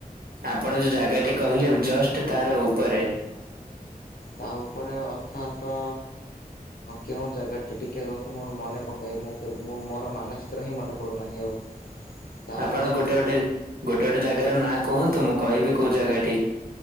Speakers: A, on the right; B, on the left.
A: ଆପଣ ଯୋଉ ଜାଗାଟି କହିଲେ ଜଷ୍ଟ ତାର ଉପରେ।
B: ତା ଉପରେ ଅର୍ଥାତ କେଉଁ ଜାଗାଟି ଟିକେ ରୁହନ୍ତୁ ମୋର ମନେ ପକାଏ ମୁଁଁ ମୋର ମାନଚିତ୍ର ହିଁ ମନେ ପଡ଼ୁନାହିଁ ଆଉ। ତାର
A: ଆପଣ ଗୋଟେ ଗୋଟେ ଗୋଟେ ଗୋଟେ ଜାଗାର ନାଁ କୁହନ୍ତୁ ମୁଁ କହିବି କୋଉ ଜାଗାଟି।